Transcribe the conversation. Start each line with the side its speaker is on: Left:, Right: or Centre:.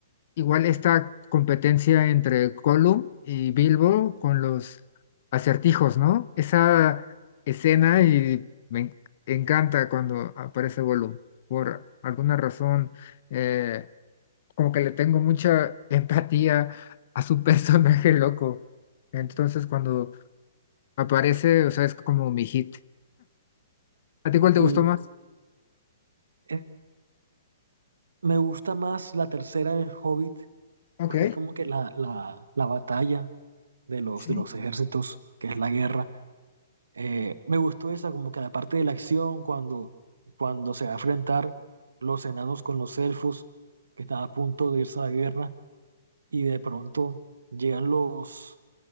Left: igual esta competencia entre Gollum y Bilbo con los acertijos, ¿no? Esa escena y me en- encanta cuando aparece Gollum. Por alguna razón, eh, como que le tengo mucha <laughs> empatía a su <laughs> personaje loco. Entonces, cuando Me parece, o sea, es como mi hit. ¿A ti cuál te
Right: Y
Left: gustó más?
Right: eh, me gusta más la tercera del Hobbit,
Left: Ok,
Right: porque es como que la, la, la batalla de los,
Left: sí.
Right: de los ejércitos, que es la guerra, Eh, me gustó esa, como que la parte de la acción, cuando, cuando se va a enfrentar los enanos con los elfos, que están a punto de irse a la guerra, y de pronto llegan los,